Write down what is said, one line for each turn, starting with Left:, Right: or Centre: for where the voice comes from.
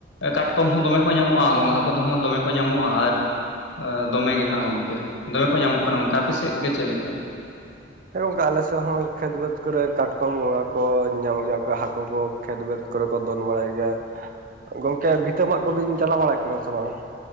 Left: ᱠᱟᱴᱠᱚᱢ ᱦᱚᱸ ᱫᱚᱢᱮ ᱠᱚ ᱧᱟᱢᱚᱜᱼᱟ ᱜᱚᱝᱜᱷᱟ ᱠᱚᱫᱚ ᱦᱚᱸ ᱫᱚᱢᱮ ᱠᱚ ᱧᱟᱢᱚᱜᱼᱟ᱾ ᱟᱨ ᱫᱚᱢᱮ ᱜᱮ ᱦᱟᱸᱜ ᱜᱚᱢᱠᱮ ᱫᱚᱢᱮ ᱠᱚ ᱧᱟᱢᱚᱜ ᱠᱟᱱᱟ ᱜᱚᱢᱠᱮ᱾ ᱟᱯᱮ ᱥᱮᱫ ᱜᱮ ᱪᱮᱫᱮ ᱞᱮᱠᱟ?
Right: ᱦᱮᱸ ᱜᱚᱝᱠᱮ ᱟᱞᱮᱮᱥᱮᱫ ᱦᱚᱸ ᱠᱷᱮᱛ ᱵᱮᱫᱽ ᱠᱚᱨᱮ ᱠᱟᱴᱠᱚᱢ ᱜᱚᱸᱜᱟ ᱠᱚ ᱧᱟᱢᱚᱜ ᱜᱮᱭᱟ ᱠᱚ ᱦᱟᱹᱠᱩ ᱠᱚ ᱠᱷᱮᱛ ᱵᱟᱹᱫᱽ ᱠᱚᱨᱮ ᱠᱚ ᱫᱚᱱ ᱵᱟᱲᱟᱭ ᱜᱮᱭᱟ᱾ ᱜᱚᱝᱠᱮ ᱵᱷᱤᱛᱟᱹ ᱢᱟᱜ ᱠᱚᱵᱤᱱ ᱪᱟᱞᱟᱣ ᱵᱟᱲᱟᱭ ᱠᱟᱱᱟ ᱥᱮ ᱵᱟᱝ?